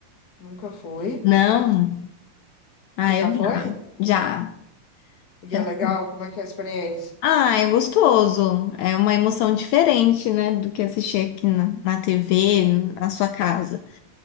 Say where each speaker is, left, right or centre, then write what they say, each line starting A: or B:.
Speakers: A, on the left; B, on the left.
A: nunca fui.
B: Não. Ah,
A: Você já
B: eu
A: foi?
B: já.
A: E
B: Já.
A: é legal, como é que é a experiência?
B: Ah, é gostoso. É uma emoção diferente, né? Do que assistir aqui na, na TV, na sua casa.